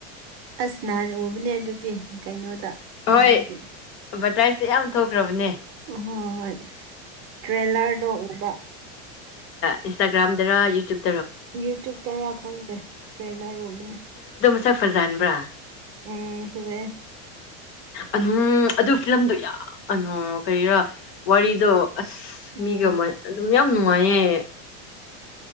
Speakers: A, on the right; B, on the left.
A: ꯑꯁ ꯅꯍꯥꯟ ꯎꯕꯅꯦ ꯑꯗꯨꯗꯤ ꯀꯩꯅꯣꯗ
B: ꯍꯣꯏ
A: ꯃꯣꯏꯒꯤ
B: ꯕ꯭ꯔꯇꯥ꯭ꯏꯁꯇ ꯌꯥꯝ ꯊꯣꯛꯈ꯭ꯔꯕꯅꯦ
A: ꯑꯣ ꯍꯣ ꯍꯣꯏ ꯇ꯭ꯔꯦꯂꯔꯗꯣ ꯎꯕ
B: ꯏ꯭ꯟꯁꯇꯥꯒ꯭ꯔꯥꯝꯗꯔꯥ ꯌꯨꯇ꯭ꯌꯨꯞ
A: ꯌꯨꯇ꯭ꯨꯞ ꯇꯔꯥ ꯈꯪꯗꯦ ꯇ꯭ꯔꯦꯂꯔ ꯎꯕꯅꯦ
B: ꯁꯛ ꯐꯖꯍꯟꯕ꯭ꯔꯥ
A: ꯎꯝ ꯐꯖꯩꯌꯦ
B: ꯑꯗꯨꯝ ꯑꯗꯨ ꯐꯤꯂꯝꯗꯣ ꯌꯥꯝ ꯀꯅꯣ ꯀꯔꯤꯔꯥ ꯋꯥꯔꯤꯗꯣ ꯑꯁ
A: ꯎꯝ
B: ꯃꯤꯒ ꯃꯥ ꯑꯗꯨꯝ ꯌꯥꯝ ꯅꯨꯡꯉꯥꯏꯌꯦ